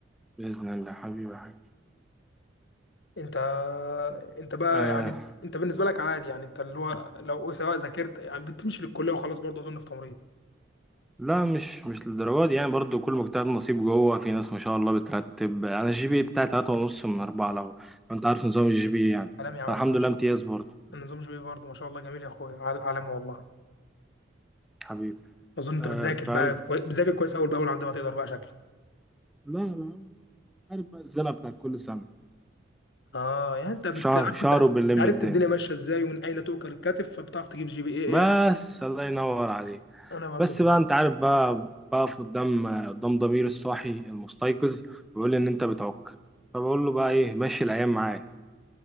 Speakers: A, in the centre; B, on the left.
A: باذن الله حبيبي يا حبيبي.
B: انت انت بقى
A: آه،
B: يعني انت بالنسبه لك عادي يعني انت اللي هو لو سواء ذاكرت يعني بتمشي للكليه وخلاص برضه اظن في تمريض
A: لا مش مش للدرجة دي يعني برضو كل مجتهد نصيب جوه في ناس ما شاء الله بترتب انا الجي بي بتاعي تلاتة ونص من أربعة لو لو انت عارف نظام الجي بي يعني
B: عالمي يا عم
A: فالحمد
B: نظام جي
A: لله امتياز برضو
B: نظام جي برضه ما شاء الله جميل يا اخويا عال- عالمي والله
A: حبيبي
B: اظن انت
A: آه
B: بتذاكر
A: فاهم
B: بقى كوي... بتذاكر كويس اول باول عندما تقدر بقى شكلك
A: لا لا عارف بقى الزنقة بتاعت كل سنة
B: اه يعني انت بت...
A: شهر
B: عارف
A: شهر
B: انت
A: وبنلم
B: انت عرفت
A: الدنيا
B: الدنيا ماشيه ازاي ومن اين تؤكل الكتف فبتعرف تجيب جي بي اي ايه
A: بس
B: حق.
A: الله ينور عليك
B: انا برضو
A: بس
B: كده
A: بقى انت عارف بقى بقف قدام قدام ضمير الصاحي المستيقظ ويقول لي ان انت بتعك فبقول له بقى ايه ماشي الايام معايا